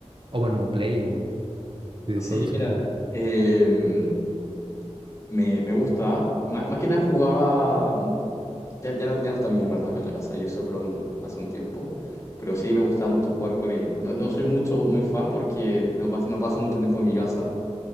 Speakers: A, on the right; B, on the left.
A: O bueno, Play o videojuegos
B: Sí, mira,
A: en general.
B: em, Me, me gusta. Má- más que nada jugaba. Ya, ya no, ya no están mis hermanos acá en la casa. Ellos se fueron hace un tiempo. Pero sí me gustaba mucho jugar con ellos. No, no soy mucho, muy fan porque no, pas- no paso mucho tiempo en mi casa.